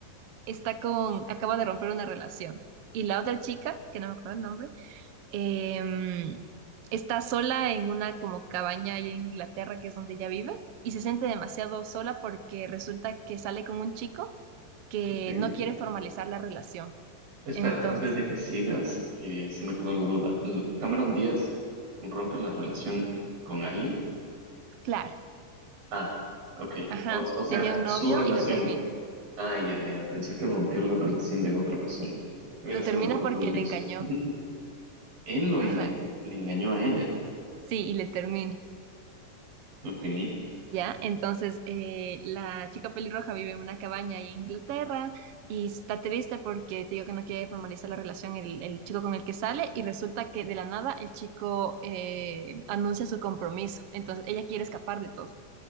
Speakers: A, on the right; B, on the right.
A: está con, acaba de romper una relación y la otra chica, que no me acuerdo el nombre, em, está sola en una como cabaña ahí en Inglaterra, que es donde ella vive, y se siente demasiado sola porque resulta que sale con un chico que
B: Ok.
A: no quiere formalizar la relación.
B: Espera,
A: Entonces,
B: antes de que sigas, eh, se me quedó la duda. L- ¿Cameron Díaz rompe la relación con alguien?
A: claro,
B: Ah, ok.
A: ajá,
B: O, o sea,
A: tenía un
B: su
A: novio
B: relación.
A: y lo termina.
B: Ah, ya, ya, ya. Pensé que rompió la relación de otra persona. Hubiera
A: Lo
B: sido
A: termina
B: un poco
A: porque
B: turbio
A: le
B: eso.
A: engañó.
B: <laughs> Él lo engañó,
A: Ajá,
B: le engañó a ella.
A: sí, y le termina.
B: Ok,
A: ¿Ya? Entonces, eh, la chica pelirroja vive en una cabaña ahí en Inglaterra y está triste porque te digo que no quiere formalizar la relación el, el chico con el que sale y resulta que de la nada el chico eh, anuncia su compromiso. Entonces, ella quiere escapar de todo.